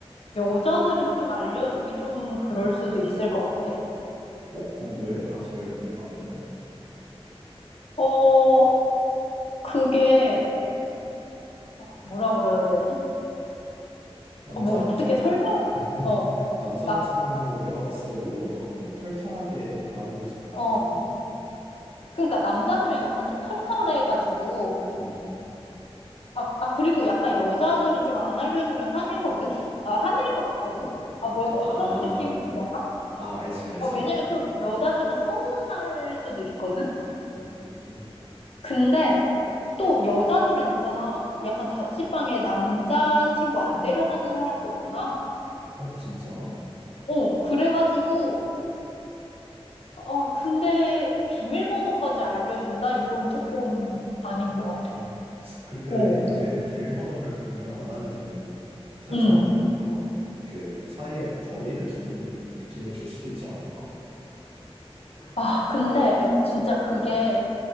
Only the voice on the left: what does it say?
여자들은 좀 알려주기 좀 그럴 수도 있을 것 같아.
어, 그게, 어, 뭐라 그래야 되지?
어, 뭐 어떻게
설명,
어,
남,
어.
그러니까 남자들은 약간 좀 털털해가지고,
아, 아, 그리고 약간 여자들은 좀 안 알려주면 화내거든? <laughs> 아, 화낼 것 같거든? 아, 뭐, 어떤
느낌인지 알아?
아, 왜냐면 좀 여자들은 서운할 수도 있거든?
근데, 또 여자들은 있잖아. 약간 자취방에 남자친구 안 데려가는 사람도 많아.
어, 그래가지고, 아, 근데 비밀번호까지 알려준다? 이건 조금 아닌 것 같아.
어,
응.
아, 근데 진짜 그게,